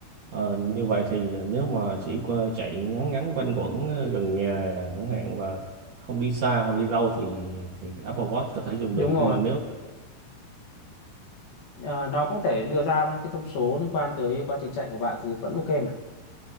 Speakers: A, on the right; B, on the left.
A: Ờ, như vậy thì nếu mà chỉ qua chạy ngắn ngắn quanh quẩn ờ, gần nhà chẳng hạn và không đi xa hoặc đi lâu thì thì Apple Watch có thể dùng
B: đúng
A: được
B: rồi
A: nhưng mà nếu
B: Ờ, nó cũng thể đưa ra những cái thông số liên quan tới quá trình chạy của bạn thì vẫn ok mà